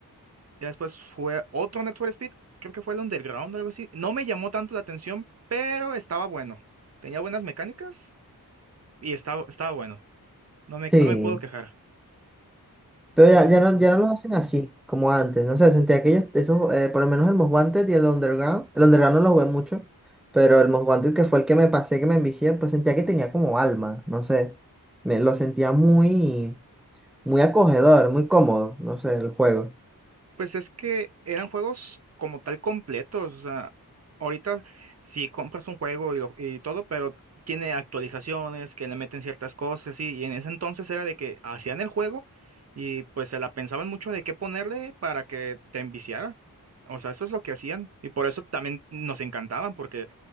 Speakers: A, on the right; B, in the centre.
A: Ya después fue otro Network Speed, creo que fue el Underground o algo así. No me llamó tanto la atención, pero estaba bueno. Tenía buenas mecánicas y estaba, estaba bueno. No me,
B: Sí,
A: no me puedo quejar.
B: pero ya,
A: ¿Cuál
B: ya
A: otro?
B: no, ya no los hacen así como antes, no sé, sentía que ellos, esos, eh, por lo menos el Most Wanted y el Underground, el Underground no lo jugué mucho, pero el Most Wanted que fue el que me pasé, que me envicié, pues sentía que tenía como alma, no sé, me lo sentía muy, muy acogedor, muy cómodo, no sé, el juego.
A: Pues es que eran juegos como tal completos. O sea, ahorita si compras un juego y, lo- y todo, pero tiene actualizaciones que le meten ciertas cosas sí y en ese entonces era de que hacían el juego y pues se la pensaban mucho de qué ponerle para que te enviciara. O sea, eso es lo que hacían y por eso también nos encantaban porque